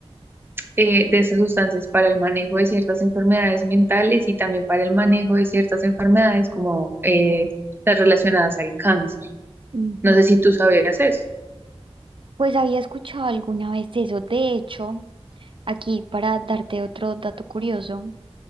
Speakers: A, on the right; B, on the right.
A: eh, de estas sustancias para el manejo de ciertas enfermedades mentales y también para el manejo de ciertas enfermedades como eh, las relacionadas al cáncer.
B: Ujú.
A: No sé si tú sabías eso.
B: Pues había escuchado alguna vez eso, de hecho. Aquí para darte otro dato curioso,